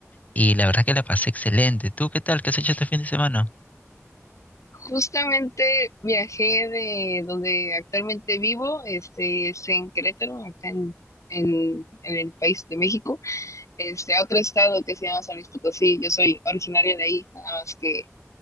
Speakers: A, on the left (about 30°); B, on the left (about 80°).
A: y la verdad que la pasé excelente. ¿Tú qué tal? ¿Qué has hecho este fin de semana?
B: Justamente viajé de donde actualmente vivo, este, es en Querétaro, acá en, en, en el país de México, este, a otro estado que se llama San Luis Potosí, yo soy originaria de ahí, nada más que,